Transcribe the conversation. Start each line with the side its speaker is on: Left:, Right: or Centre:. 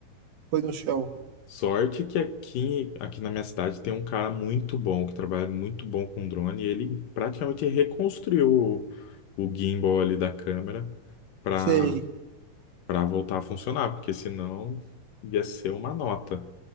Right: Foi no chão.
Left: Sorte que aqui, aqui na minha cidade tem um cara muito bom, que trabalha muito bom com drone, e ele praticamente reconstruiu o, o gimbal ali da câmera para
Right: Sei.
Left: para voltar a funcionar, porque senão ia ser uma nota.